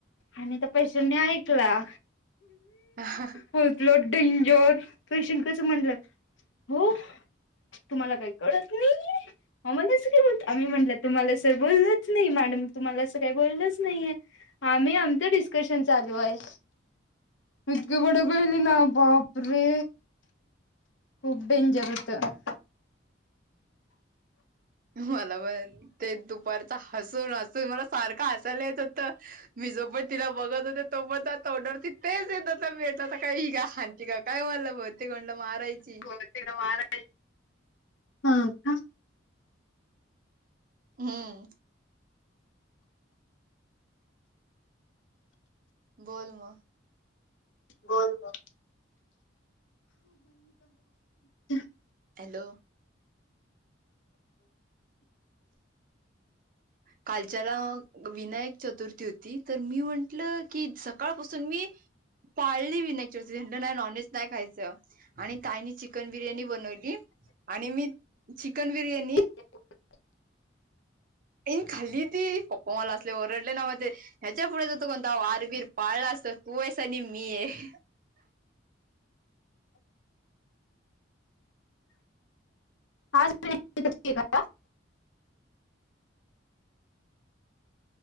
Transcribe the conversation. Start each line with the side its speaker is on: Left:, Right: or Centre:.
Left: आणि त पैशांनी ऐकला
Right: ह
Left: होतलं डेंजर पेशंट कस म्हटलं हो तुम्हाला काही कळत नाही आम्ही म्हणलं? तुम्हाला अस बोलोच नाही मॅडम तुम्हाला असं काही बोलोंच नाही आहे. आम्ही आमचं डिस्कशन चालू आहे. इतकं बडबडली ना बापरे! खूप डेंजर होत
Right: मला पण ते दुपारच हसून हसून मला सारख हसायला येत होत. मी जो पण तिला बघत होते तो पर्यत ओठावरती तेच येत होत काय ही हानती का काय मला बहुतेक मारायची
Left: <unintelligible> हा का
Right: हम्म बोल म-
Left: बोल म <unintelligible>
Right: हॅलो कालच्याला विनायक चतुर्थी होती तर मी म्हंटलं की सकाळपासून मी पाळली मी विनायक चतुर्थीला नाही नॉनव्हेज नाही खायचं? आणि ताईनी चिकन बिर्याणी बनवली आणि मी चिकन बिर्याणी
Left: <inaudible>
Right: ए खाली ती पप्पा मला असले ओरडले नाव ते ह्याच्या पुढेच हो तो कोणता वार बीर पाळला तर तू आहेस आणि मी आहे.
Left: आज <unintelligible>